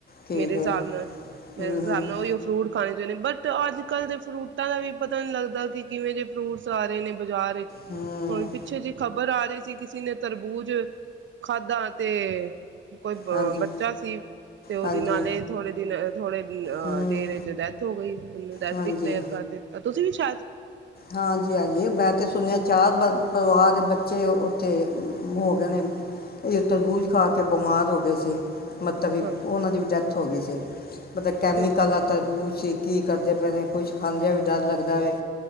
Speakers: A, on the left; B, on the right.
A: ਠੀਕ
B: ਮੇਰੇ ਹਿਸਾਬ
A: ਹੈ
B: ਨਾਲ ਮੇਰੇ
A: ਹੂੰ
B: ਹਿਸਾਬ
A: ਹੂੰ
B: ਨਾਲ ਉਹੀ ਉਹ ਫਰੂਟ ਖਾਣੇ ਚਾਹੁੰ ਨੇ ਬਟ ਅੱਜ ਕੱਲ੍ਹ ਦੇ ਫਰੂਟਾਂ ਦਾ ਵੀ ਪਤਾ ਨਹੀਂ ਲੱਗਦਾ ਕਿ ਕਿਵੇਂ ਜੇ ਫਰੂਟਸ ਆ ਰਹੇ ਨੇ ਬਾਜ਼ਾਰ ਵਿੱਚ
A: ਹੂੰ
B: ਹੁਣ ਪਿੱਛੇ ਜੀ ਖ਼ਬਰ ਆ ਰਹੀ ਸੀ ਸੀ ਕਿਸੇ ਨੇ ਤਰਬੂਜ ਖਾਧਾਂ ਤੇ ਕੋਈ
A: ਹਾਂਜੀ
B: ਬੱਚਾ ਸੀ ਤੇ ਉਹਦੀ
A: ਹਾਂਜੀ
B: ਨਾਲੇ ਥੋੜੇ ਦਿਨ ਥੋੜੇ ਅਹ
A: ਹੂੰ
B: ਦੇਰ ਵਿੱਚ ਡੈਥ ਹੋ ਗਈ ਉਹਨੂੰ ਡੈਥ
A: ਹਾਂਜੀ
B: ਡਿਕਲੇਅਰ ਕਰ ਦਿੱਤਾ ਤੁਸੀਂ ਵੀ ਚ
A: ਹਾਂਜੀ ਹਾਂਜੀ ਮੈਂ ਤੇ ਸੁਣਿਆ ਚਾਹ ਪਰਿਵਾਰ ਦੇ ਬਚ ਬੱਚੇ ਉੱਥੇ ਹੋ ਗਏ ਨੇ ਇਹ ਤਰਬੂਜ ਖਾ ਕੇ ਬਿਮਾਰ ਹੋ ਗਏ ਸੀ ਮਤਲਬ
B: ਹਾਂ
A: ਉਹਨਾਂ ਦੀ ਵੀ ਡੈਥ ਹੋ ਗਈ ਸੀ ਮਤਲਬ ਕੈਮੀਕਲ
B: ਫਿਰ
A: ਦਾ ਤਰਬੂਜ਼ ਸੀ ਕੀ ਕਰਦੇ ਪਏ ਨੇ ਕੁਛ ਖਾਂਦਿਆਂ ਵੀ ਡਰ ਲੱਗਦਾ ਹੋ